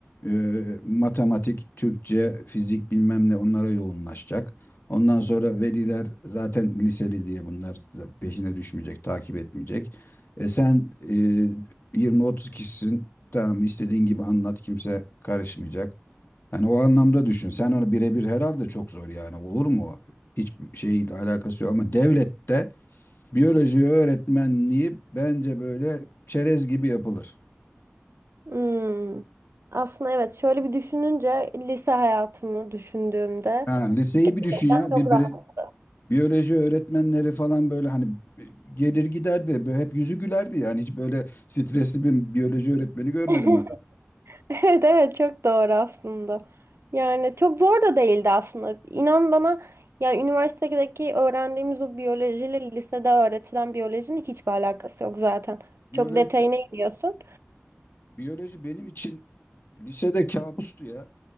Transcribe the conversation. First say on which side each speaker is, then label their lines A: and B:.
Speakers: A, on the left (about 50°); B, on the right (about 65°).
A: e, matematik, Türkçe, fizik bilmem ne onlara yoğunlaşacak. Ondan sonra veliler zaten liseli diye bunlar da peşine düşmeyecek, takip etmeyecek. E sen e, 20-30 kişisin. Tamam istediğin gibi anlat kimse karışmayacak. Yani o anlamda düşün. Sen onu birebir herhalde çok zor yani. Olur mu? Hiçbir şeyle alakası yok ama devlette biyoloji öğretmenliği bence böyle çerez gibi yapılır.
B: Hmm. Aslında evet şöyle bir düşününce lise hayatımı düşündüğümde
A: Ha, liseyi
B: gerçekten
A: bir düşün ya.
B: çok
A: Bir, biri-
B: rahat.
A: biyoloji öğretmenleri falan böyle hani gelir giderdi. Böyle hep yüzü gülerdi yani. Hiç böyle stresli bir biyoloji öğretmeni görmedim
B: <laughs>
A: ben.
B: Evet evet çok doğru aslında. Yani çok zor da değildi aslında. İnan bana yani üniversitedeki öğrendiğimiz o biyolojiyle lisede öğretilen biyolojinin hiçbir alakası yok zaten.
A: Biyoloji,
B: Çok detayına iniyorsun.
A: biyoloji benim için lisede kabustu ya.